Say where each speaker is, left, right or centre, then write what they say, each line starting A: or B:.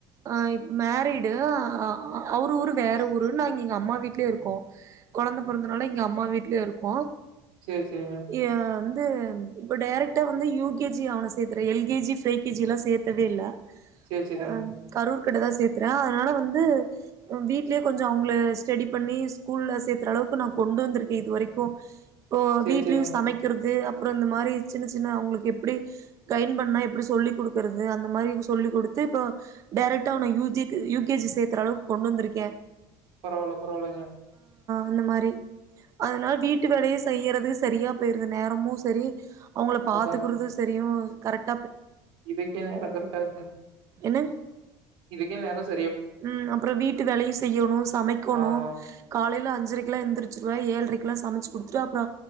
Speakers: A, on the right (about 35°); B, on the right (about 70°).
A: ஆஹ் இப் மேரிட் டு அ அ அவரு ஊரு வேற ஊரு நாங்க எங்க அம்மா வீட்லயே இருக்கோம் கொழந்த பொறந்தனால இங்க அம்மா வீட் ல இருக்கோ
B: செர் செரிங்க
A: எ வந்து இப்போ டேரக்டா வந்து யு கே ஜி அவன சேத்துறே L K G pre K ஜில்லா சேத்தவே இல்ல
B: சரி, சரிங்க.
A: அம் கரூர் இக்கட்ட தா சேத்தே <unintelligible> அதனால வந்து வீட்லயே கொஞ்சோ அவுங்கள ஸ்டடி பண்ணி ஸ்கூல்ல சேர்த்தற அளவுக்கு நா கொண்டு வந்திருக்கேன் இது வரைக்கு இப்போ
B: சரி,
A: வீட்லயும்
B: சரிங்க.
A: சமைக்கிறது அப்புறோ இந்த மாரி சின்ன சின்ன அவுங்களுக்கு எப்டி கைன் பண்ணா எப்டி சொல்லிக் குடுக்கறது அந்த மாரி சொல்லிக் குடுத்து இப்போ டைரக்டா அவன U G U K G சேத்தர அளவுக்கு கொண்டு வந்திருக்கேன்
B: பரவால பரவாலைங்க
A: அந்த மாரி அதனால் வீட்டு வேலையு செய்யறது சரியா போயிருது நேரமும் சரி அவுங்கள பாத்துக்கறது
B: அதான்.
A: சரியும் கரெட்
B: இதுக்கே நேரோ கரட்டா இருக்கு
A: என்னங்
B: இதுக்கே நேரோ ச
A: ம் அப்புறோ வீட்டு வேலையும் செய்யோணோ சமைக்கணோ
B: ஆமா.
A: காலைல அஞ்சு அஞ்சரைக்கெலா எந்திருச்சிடுவ ஏழரைக்குலா சமச்சு குடுத்துட்டு அப்புறோ